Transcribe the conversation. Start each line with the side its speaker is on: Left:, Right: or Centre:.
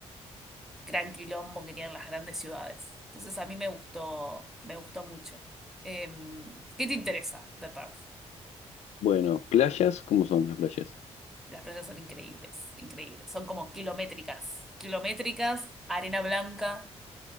Centre: gran quilombo que tienen las grandes ciudades. Entonces a mí me gustó, me gustó mucho. Em, ¿qué te interesa de Perth?
Left: Bueno, playas, ¿cómo son las playas?
Centre: Las playas son increíbles, increíbles. Son como kilométricas, kilométricas, arena blanca,